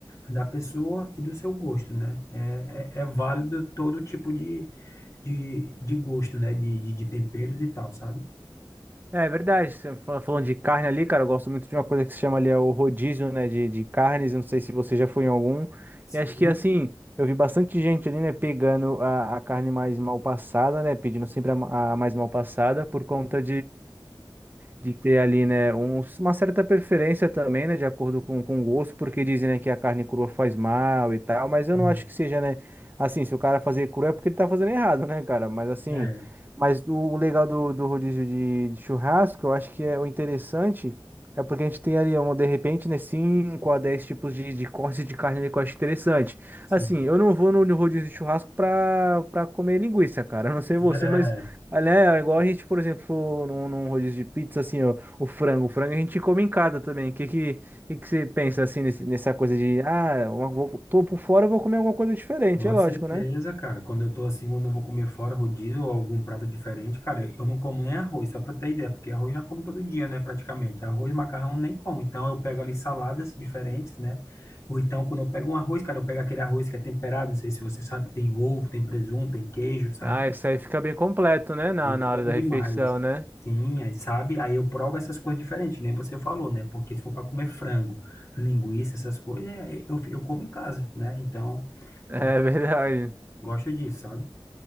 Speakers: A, on the left; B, on the right.
A: da pessoa e do seu gosto, né? É, é, é válido todo tipo de, de, de gosto, né, de, de, de temperos e tal, sabe?
B: É é verdade, você fa- falando de carne ali, cara, eu gosto muito de uma coisa que se chama ali é o rodízio, né, de, de carnes, eu não sei se você já foi em algum,
A: Sim.
B: e acho que assim, eu vi bastante gente ali, né, pegando a, a carne mais mal passada, né, pedindo sempre a, ma- a mais mal passada por conta de ter ali, né, um- uma certa preferência também, né, de acordo com, com o gosto, porque dizem, né, que a carne crua faz mal e tal, mas eu
A: Sim.
B: não acho que seja, né, assim, se o cara fazer cru é porque ele tá fazendo errado, né, cara, mas assim,
A: É,
B: mas o legal do, do rodízio de, de churrasco, eu acho que é o interessante, é porque a gente tem ali, um, de repente, né, 5 a 10 tipos de, de cortes de carne ali que eu acho interessante.
A: sim.
B: Assim, eu não vou no rodízio de churrasco pra, pra comer linguiça, cara, <laughs> eu não sei
A: É.
B: você, mas Olha, é igual a gente, por exemplo, num, num rodízio de pizza, assim, ó, o frango. O frango a gente come em casa também. O que, que, que, que você pensa, assim, nesse- nessa coisa de, ah, uma, vou, tô por fora, eu vou comer alguma coisa diferente,
A: Com
B: é lógico,
A: certeza,
B: né?
A: cara. Quando eu tô assim, quando eu vou comer fora rodízio ou algum prato diferente, cara, eu não como nem arroz, só pra ter ideia, porque arroz eu já como todo dia, né, praticamente. Arroz, macarrão nem como. Então eu pego ali saladas diferentes, né? Ou então quando eu pego um arroz, cara, eu pego aquele arroz que é temperado, não sei se você sabe, tem ovo, tem presunto, tem queijo, sabe?
B: Ah, isso aí fica bem completo, né, na,
A: E
B: na
A: é bom
B: hora da
A: demais.
B: refeição, né? <laughs>
A: Sim, aí sabe? Aí eu provo essas coisas diferentes, que nem você falou, né? Porque se for para comer frango, linguiça, essas coisas, é, eu, eu como em casa, né? Então,
B: É
A: eu
B: verdade.
A: gosto disso, sabe?